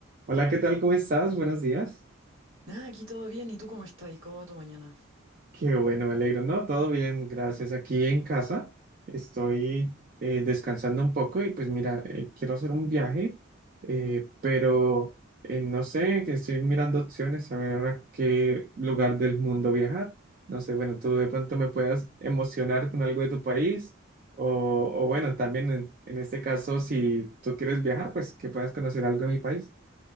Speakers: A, on the right; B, on the right.
A: Hola, ¿qué tal? ¿Cómo estás? Buenos días.
B: Nada, aquí todo bien. ¿Y tú cómo estás? ¿Y cómo va tu mañana?
A: Qué bueno, me alegro, ¿no? Todo bien, gracias. Aquí en casa estoy eh, descansando un poco y pues mira, eh, quiero hacer un viaje, eh, pero eh, no sé, que estoy mirando opciones a ver a qué lugar del mundo viajar. No sé, bueno, tú de pronto me puedas emocionar con algo de tu país o, o bueno, también en, en este caso, si tú quieres viajar, pues que puedas conocer algo de mi país.